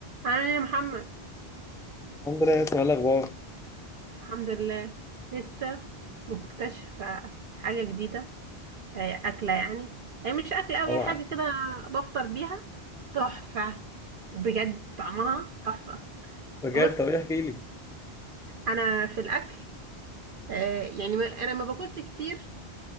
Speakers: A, on the right; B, in the centre.
A: عامل ايه يا محمد
B: الحمد لله اسمع الأخبار
A: الحمد لله لسه مكتشفة حاجة جديدة آه، أكلة يعني هي مش أكلة أوي
B: طبعا
A: هي حاجة كده بفطر بيها تحفة بجد طعمها تحفة
B: بجد
A: بص
B: طب ايه احكي لي
A: أنا في الأكل آه، يعني ما- أنا ما باكلش كتير